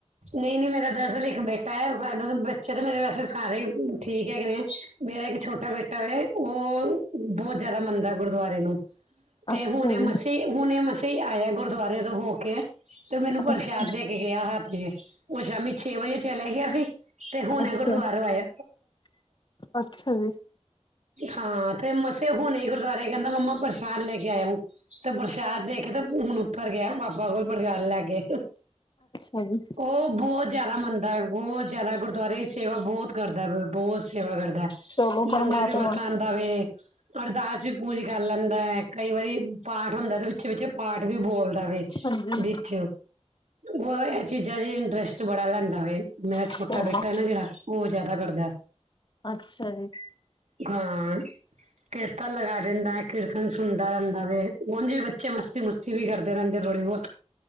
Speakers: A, on the right (about 80°); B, on the left (about 40°).
A: ਨਈ-ਨਈ ਮੇਰਾ ਦਰਅਸਲ ਇੱਕ ਬੇਟਾ ਐ ਸਾਡੇ ਬੱਚੇ ਤੇ ਮੇਰੇ ਵੈਸੇ ਸਾਰੇ ਠੀਕ ਹੈਗੇ ਨੇ। ਮੇਰਾ ਇੱਕ ਛੋਟਾ ਬੇਟਾ ਐ ਓ ਬੋਤ ਜਾਦਾ ਮੰਨਦਾ ਏ ਗੁਰਦੁਆਰੇ ਨੂੰ। ਤੇ
B: ਅੱਛਾ
A: ਹੁਣੇ ਮਸੀ
B: ਜੀ
A: ਹੁਣੇ ਮਸੀ ਤੇ ਆਇਆ ਗੁਰਦੁਆਰੇ ਤੋਂ ਹੋ ਕੇ, ਤੇ ਮੈਨੂੰ
B: ਅੱਛਾ
A: ਪ੍ਰਸ਼ਾਦ ਦੇ ਕੇ ਗੇਆ ਹੱ ਠੀਕ ਐ, ਓ ਸ਼ਾਮੀ ਛੇ ਵਜੇ ਚਲਾ ਗਿਆ ਸੀ। ਤੇ ਹੁਨੇ
B: ਅੱਛਾ
A: ਗੁਰਦੁਆਰੋ ਆਇਆ।
B: ਅੱਛਾ ਜੀ
A: ਹਾਂ ਤੇ ਮਸੇ ਹੁਨੇ ਗੁਰਦੁਆਰੇ ਕਹਿੰਦਾ ਮੰਮਾ ਪ੍ਰਸ਼ਾਦ ਲੈ ਕੇ ਆਏਆ ਊਂ। ਤੇ ਪ੍ਰਸ਼ਾਦ ਦੇ ਕੇ ਤੇ ਹੁਨ ਉੱਪਰ ਗਿਆ ਪਾਪਾ ਕੋਲ ਪ੍ਰਸ਼ਾਦ ਲੈ ਕੇ।
B: ਹੈਂ ਜੀ।
A: ਉਹ ਬਹੁ ਜਾਦਾ ਮੰਨਦਾ ਏ ਬਹੁ ਜਾਦਾ ਗੁਰਦੁਆਰੇ ਸੀ ਸੇਵਾ ਬਹੁਤ ਕਰਦਾ ਬਹੋਤ ਸੇਵਾ ਕਰਦਾ,
B: ਚਲੋ
A: ਲੰਗਰ
B: ਪਰਮਾਤਮਾ
A: ਵੀ ਵਰਤਾਂ ਦਾ ਵੇ, ਅਰਦਾਸ ਵੀ ਪੂਰੀ ਕਰ ਲੈਂਦਾ ਐ। ਕਈ ਵਾਰੀ ਪਾਠ ਹੁੰਦਾ ਤੇ ਵਿੱਚੇ-ਵਿੱਚੇ ਪਾਠ ਵੀ ਬੋਲਦਾ ਵੇ
B: ਹਾਂਜੀ
A: ਵਿੱਚ ਓ ਏਹ ਚੀਜ਼ਾਂ ਚ ਇੰਟਰਸਟ ਬੜਾ ਲੈਂਦਾ ਵੇ। ਮੇਰਾ ਛੋਟਾ
B: ਚਲੋ
A: ਬੇਟਾ ਐ ਨਾ ਜੇੜਾ ਓ ਜ਼ਾਦਾ ਕਰਦਾ।
B: ਅੱਛਾ ਜੀ
A: ਹਾਂ। ਕੀਰਤਨ ਲਗਾ ਦਿੰਦਾ। ਐ ਕੀਰਤਨ ਸੁਨਦਾ ਰੈਂਦਾ ਵੇ ਉੰਝ ਵੀ ਬੱਚੇ ਮਸਤੀ ਮੁਸ ਤੀ ਵੀ ਕਰਦੇ ਰੈਂਦੇ ਥੋੜੀ ਬੋਤ।